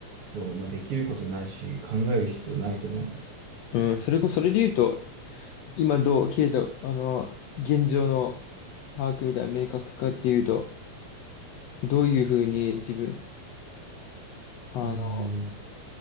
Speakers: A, on the right; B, on the left.
A: そうまあできることないし、考える必要ないと思うんだよね。
B: うん、それこ、それで言うと、今どう、ケイト、あの、現状の把握みたいな明確化っていうと、どういうふうに自分、あの、
A: うん。